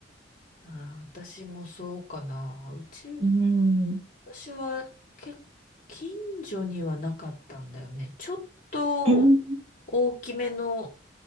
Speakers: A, on the left; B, on the right.
A: ー、あー私もそうかな。うち、
B: うん。
A: 私は結近所にはなかったんだよね。ちょっと
B: うん、
A: 大きめの